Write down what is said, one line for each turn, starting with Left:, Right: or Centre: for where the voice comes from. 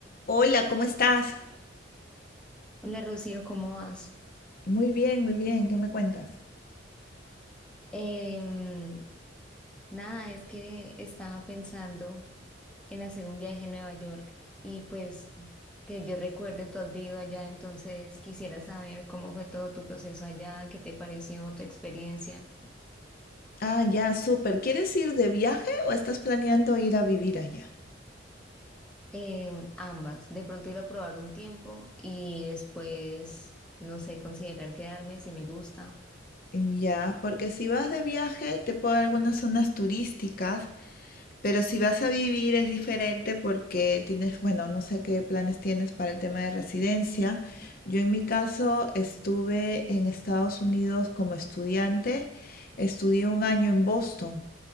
Left: Hola, ¿cómo estás?
Centre: Hola Rocío, ¿cómo vas?
Left: Muy bien, muy bien, ¿qué me cuentas?
Centre: Em, nada, es que estaba pensando en hacer un viaje a Nueva York y pues que yo recuerde, tú has vivido allá, entonces quisiera saber cómo fue todo tu proceso allá, qué te pareció tu experiencia.
Left: Ah, ya, súper. ¿Quieres ir de viaje o estás planeando ir a vivir allá?
Centre: Em, ambas, de pronto ir a probar un tiempo y después, no sé, considerar quedarme si me gusta.
Left: Ya, porque si vas de viaje te puedo dar algunas zonas turísticas, pero si vas a vivir es diferente porque tienes, bueno, no sé qué planes tienes para el tema de residencia. Yo en mi caso estuve en Estados Unidos como estudiante, estudié un año en Boston.